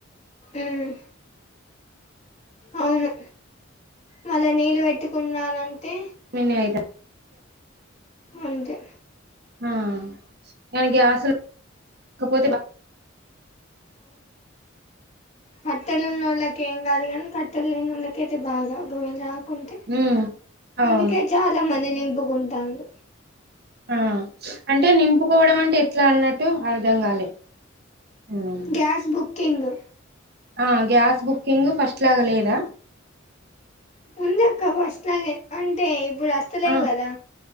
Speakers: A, on the left (about 35°); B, on the right (about 50°).
A: ఉమ్ అవును మళ్ళ నీళ్ళు పెట్టుకున్నానంటే
B: మీన్నయితే
A: అంతే
B: ఆ కాని గ్యాస్ లు లేకపోతే
A: కట్టెలు ఉన్నల్లకి ఏం కాదు గాని కట్టెలు లేనోల్లకే అయితే బాద ఒకవేళ అంతే
B: ఉమ్ అవును
A: అందుకే చాలా మంది నింపుకుంటాళ్ళు
B: ఆ అంటే నింపుకోవడం అంటే ఎట్లా అన్నట్టు అర్థం కాలే ఉమ్
A: గ్యాస్ బుక్ కింగ్
B: ఆ గ్యాస్ బుకింగ్ ఫస్ట్ లాగా లేదా
A: ఉందక్క ఫస్ట్ లాగే అంటే ఇప్పుడు ఆస్తలేవు
B: ఆ
A: కదా